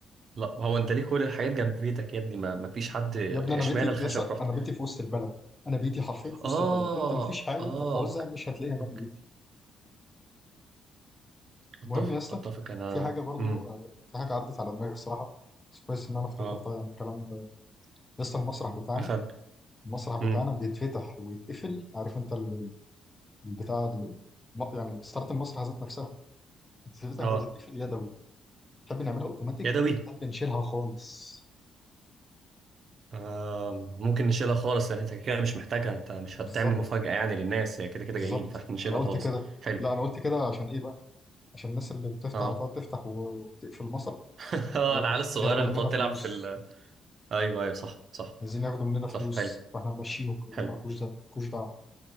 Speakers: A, on the right (about 50°); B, on the left (about 20°).
A: لا هو انت ليه كل الحاجات جنب بيتك يا ابني ما, ما فيش حد
B: يا ابني
A: اشمعنى
B: انا بيتي
A: الخشب
B: يا اسطى
A: رحت
B: انا بيتي في وسط البلد انا بيتي حرفيا في
A: اه
B: وسط البلد انت مفيش حاجه
A: اه
B: هتعوزها
A: اوكي
B: مش هتلاقيها جنب
A: اوكي
B: بيتك
A: اتفق
B: المهم يا اسطى
A: اتفق انا
B: في حاجه برضو
A: امم
B: آه، في حاجه عدت على دماغي الصراحه بس كويس ان انا افتكرتها
A: اه
B: يعني الكلام يا اسطى المسرح بتاعنا
A: أخد
B: المسرح بتاعنا
A: امم
B: بيتفتح ويتقفل عارف انت ال- ال- البتاع ال- الم- يعني ستارت المسرح ذات نفسها بتتفتح
A: اه
B: وتتقفل يدوي تحب نعملها اوتوماتيك
A: يدوي
B: ولا تحب نشيلها خالص
A: آه ممكن نشيلها خالص لأن انت كده مش محتاجها انت مش
B: بالظبط
A: هتعمل مفاجأة يعني للناس هي كده كده
B: بالظبط
A: جايين فاحنا نشيلها
B: انا قلت
A: خالص
B: كده
A: حلو
B: لا انا قلت كده عشان ايه بقى عشان الناس اللي بتفتح
A: اه
B: وتقعد تفتح و- وتقفل المسرح
A: <laughs> اه
B: آه،
A: العيال الصغيرة
B: ياخدوا
A: اللي
B: مننا
A: بتقعد
B: فلوس
A: تلعب في ال ايوه ايوه صح صح
B: عايزين ياخدوا مننا فلوس
A: صح حلو
B: فاحنا نمشيهم يقولوا
A: حلو
B: مالكوش ده مالكوش